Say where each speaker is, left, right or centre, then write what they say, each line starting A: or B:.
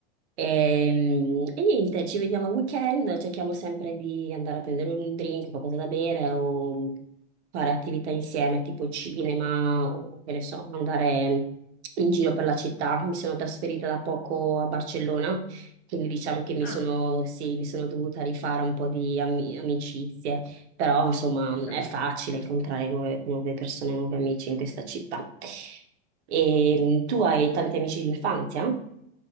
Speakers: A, on the right; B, on the left.
A: Ehm, E, niente, ci vediamo al weekend, cerchiamo sempre di andare a prendere un drink, qualcosa da bere o fare attività insieme, tipo cinema, o che ne so, andare in giro per la città. Mi sono trasferita da poco a Barcellona, quindi diciamo che mi
B: Ah,
A: sono, sì, mi sono dovuta rifare un po' di ami- amicizie, però insomma
B: ho capito.
A: è facile incontrare nuove, nuove persone, nuovi amici in questa città. E tu hai tanti amici di infanzia?